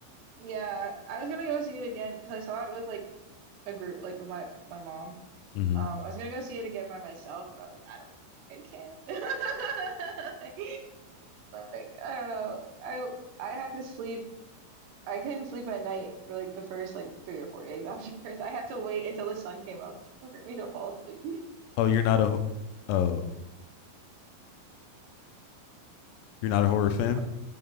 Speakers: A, on the right; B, on the left.
A: Yeah, I was gonna go see it again because I saw it with like a group, like with my my mom.
B: Mm-hmm.
A: Um, I was gonna go see it again by myself, but I was like, I don't, I can't. <laughs> Like, like, I don't know. I I had to sleep. I couldn't sleep at night for like the first like three or four days <laughs> afterwards. I had to wait until the sun came up <laughs> for me to fall asleep.
B: Oh, you're not a oh you're not a horror fan.
A: <laughs>